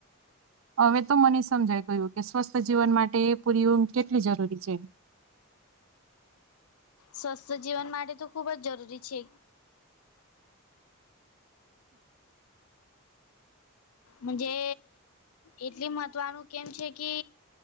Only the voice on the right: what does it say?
હવે તો મને સમજાય ગયું કે સ્વસ્થ જીવન માટે એ પૂરી ઊંઘ કેટલી જરૂરી છે